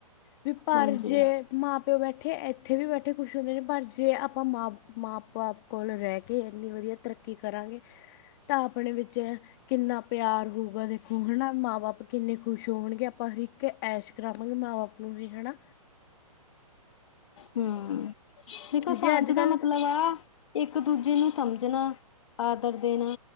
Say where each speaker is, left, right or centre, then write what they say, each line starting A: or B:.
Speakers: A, on the left; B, on the left.
A: ਵੀ ਪਰ
B: ਹਾਂਜੀ।
A: ਜੇ ਮਾਂ- ਪਿਓ ਬੈਠੇ, ਇੱਥੇ ਵੀ ਬੈਠੇ ਖੁਸ਼ ਹੁੰਦੇ ਨੇ ਪਰ ਜੇ ਆਪਾਂ ਮਾਂ -ਮਾਂ ਆਪ ਕੋਲ ਰਹਿ ਕੇ, ਏਨੀ ਵਧੀਆ ਤਰੱਕੀ ਕਰਾਂਗੇ ਤਾਂ ਆਪਣੇ ਵਿੱਚ ਕਿੰਨਾ ਪਿਆਰ ਹੋਊਗਾ ਦੇਖੋ। ਹਨਾ ਮਾਂ ਬਾਪ ਕਿੰਨੇ ਖੁਸ਼ ਹੋਣਗੇ ਆਪਾਂ ਇੱਕ ਐਸੇ, ਕਰਾਵਾਂਗੇ ਮਾਂ- ਬਾਪ ਨੂੰ ਵੀ ਹਨਾਂ।
B: ਹੂੰ, ਦੇਖੋ
A: ਜੀ
B: ਸਾਂਝ
A: ਅੱਜ ਕੱਲ੍ਹ
B: ਦਾ ਮਤਲਬ ਆ। ਇੱਕ ਦੂਜੇ ਨੂੰ ਸਮਝਣਾ, ਆਦਰ ਦੇਣਾ,